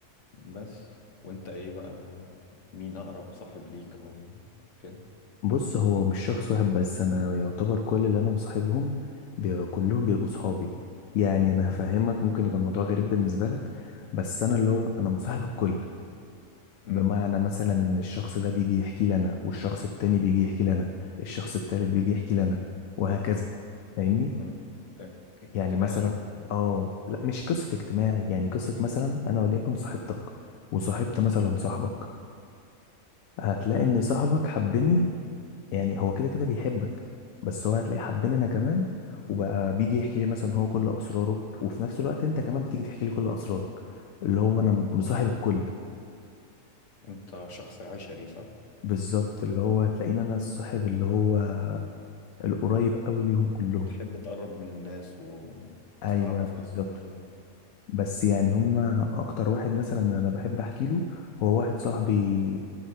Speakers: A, on the left; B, on the left.
A: بس وأنت إيه بقى مين أقرب صاحب ليك أو كده؟
B: بص هو مش شخص واحد بس انا يعتبر كل اللي انا بصاحبهم بي- كلهم بيبقوا صحابي يعني انا هفهمك ممكن يبقى الموضوع غريب بالنسبة لك بس انا اللي هو انا مصاحب الكل
A: مم.
B: بمعنى مثلا ان الشخص ده بيجي يحكي لنا والشخص التاني بيجي يحكي لنا الشخص التالت بيجي يحكي لنا وهكذا فاهمني
A: مم. اجتماعي
B: يعني مثلا
A: يعني
B: اه لا مش قصة اجتماعي يعني قصة مثلا انا وليكن صاحبتك وصاحبت مثلا صاحبك هتلاقي
A: مم.
B: ان صاحبك حبني يعني هو كده كده بيحبك بس هو هتلاقي حبني انا كمان وبقى بيجي يحكي لي مثلا هو كل اسراره وفي نفس الوقت انت كمان بتيجي تحكي لي كل اسرارك اللي هو انا مصاحب الكل
A: أنت شخص عشري صح؟
B: بالظبط اللي هو تلاقيني انا الصاحب اللي هو القريب قوي ليهم كلهم
A: بتحب تقرب من الناس وتتعرف
B: ايوه
A: عليهم
B: بالظبط
A: كده
B: بس يعني هما اكتر واحد مثلا انا بحب احكي له هو واحد صاحبي